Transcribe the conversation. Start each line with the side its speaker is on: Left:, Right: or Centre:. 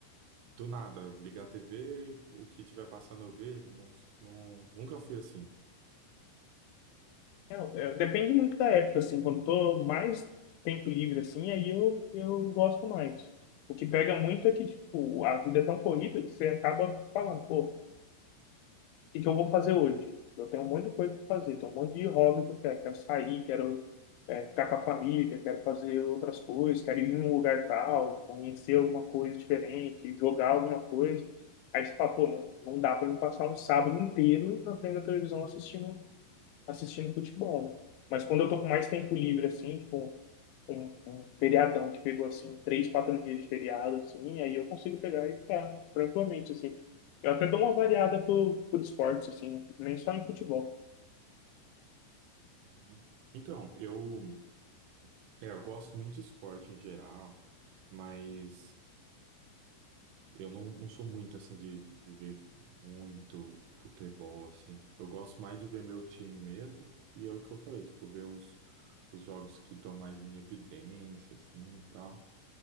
Right: do nada, ligar a TV, o que tiver passando eu vejo. Não, não, nunca fui assim.
Left: É, é, depende muito da época, assim, quando eu tô mais tempo livre, assim, aí eu, eu gosto mais. O que pega muito é que, tipo, a vida é tão corrida que você acaba falando, pô, que que eu vou fazer hoje? Eu tenho um monte de coisa para fazer, tenho um monte de hobby que eu quero. Quero sair, quero é, ficar com a família, quero fazer outras coisas, quero ir em um lugar tal, conhecer alguma coisa diferente, jogar alguma coisa. Aí você fala, pô, não, não dá para me passar um sábado inteiro na frente da televisão assistindo, assistindo futebol, né? Mas quando eu tô com mais tempo livre, assim, tipo, um, um feriadão que pegou assim três, quatro dias de feriado, assim, aí eu consigo pegar e ficar tranquilamente, assim. Eu até dou uma variada por, por esportes, assim, nem só em futebol.
Right: Uhum. Então, eu, é, eu gosto muito de esporte em geral, mas... Eu não, não sou muito assim de, de ver muito futebol assim. Eu gosto mais de ver meu time mesmo, e é o que eu falei, tipo, ver os, os jogos que estão mais em evidência, assim e tal.